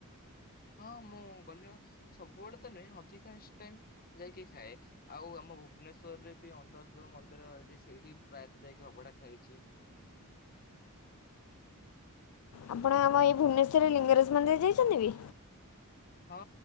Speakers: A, on the left (about 40°); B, on the left (about 70°).
A: ହଁ ମୁଁ ଗଲେ ସବୁବେଳେ ତ ନୁହେଁ ଅଧିକାଂଶ ଟାଇମ୍ ଯାଇକି ଖାଏ। ଆଉ ଆମ ଭୁବନେଶ୍ୱରରେ ବି ଅନ୍ଦର୍ ମନ୍ଦିର ଅଛି ସେଇଠି ପ୍ରାୟତ ଯାଇକି ଅଭଡ଼ା ଖାଇଚି।
B: ଆପଣ ଆମ ଏଇ ଭୁବନେଶ୍ୱରରେ ଲିଙ୍ଗରାଜ୍ ମନ୍ଦିର ଯାଇଚନ୍ତି ବି?
A: ହଁ